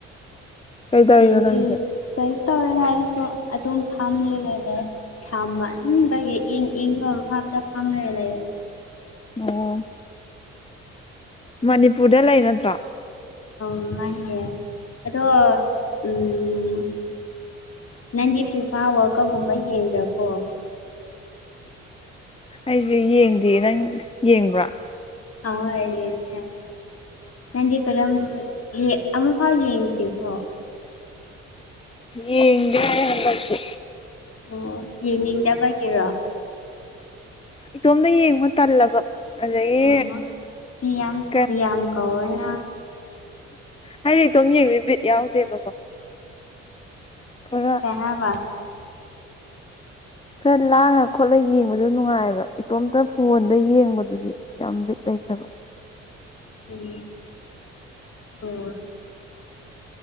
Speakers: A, on the left; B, on the left.
A: ꯀꯩꯗꯧꯔꯤꯅꯣ
B: ꯑꯦꯖꯤ
A: ꯅꯪꯗꯤ
B: ꯀꯔꯤꯁꯨ ꯇꯧꯗꯦꯗ ꯑꯩꯁꯨ ꯑꯗꯨꯝ ꯐꯝꯃꯤꯒ ꯂꯩꯑꯦ ꯁꯝꯟꯕꯒꯤ ꯏꯪ ꯏꯪꯕ ꯃꯐꯝꯗ ꯐꯥꯝ ꯂꯩ
A: ꯑꯣ ꯃꯅꯤꯄꯨꯔꯗ ꯂꯩ ꯅꯠꯇ꯭ꯔꯣ
B: ꯑꯥꯎ ꯃꯥꯅꯦ ꯑꯗꯣ ꯎꯝ ꯅꯪꯗꯤ ꯐꯤꯐꯥ ꯋꯥꯜꯀꯞ ꯀꯨꯝꯕ ꯌꯦꯡꯗ꯭ꯔꯕꯣ
A: ꯑꯩꯁꯦ ꯌꯦꯡꯗꯦ ꯅꯪ ꯌꯦꯡꯕ꯭ꯔꯥ
B: ꯑꯥ ꯍꯣꯏ ꯌꯦꯡꯉꯦ ꯅꯪꯗꯤ ꯀꯔꯝ ꯑꯃꯨꯛꯐꯥꯎ ꯌꯦꯡꯗ꯭ꯔꯤꯕꯣ
A: ꯌꯦꯡꯗꯦ ꯍꯟꯗꯛꯇꯤ
B: ꯑꯣ ꯌꯦꯡꯅꯤꯡꯗꯕꯒꯤꯔꯣ
A: ꯏꯇꯣꯝꯗ ꯌꯦꯡꯕ ꯇꯜꯂꯕ ꯑꯗꯒꯤ
B: ꯑꯣ ꯃꯤ ꯌꯥꯝ
A: ꯀꯩꯅꯣ
B: ꯃꯤ ꯌꯥꯝ ꯀꯧꯔꯣꯅ
A: ꯍꯥꯏꯗꯤ ꯏꯇꯣꯝ ꯌꯦꯡꯕꯁꯦ ꯕꯤꯠ ꯌꯥꯎꯗꯦꯕꯀꯣ ꯈꯔ
B: ꯑꯌꯥꯕ
A: ꯈꯔ ꯂꯥꯡꯉ ꯈꯣꯠꯂ ꯌꯦꯡꯕꯗꯣ ꯅꯨꯡꯉꯥꯏꯑꯦꯕ ꯏꯇꯣꯝꯇ ꯐꯣꯟꯗ ꯌꯦꯡꯕꯗꯨꯗꯤ ꯌꯥꯝ ꯕꯤꯠ ꯂꯩꯇꯕ
B: ꯎꯝ ꯑꯣ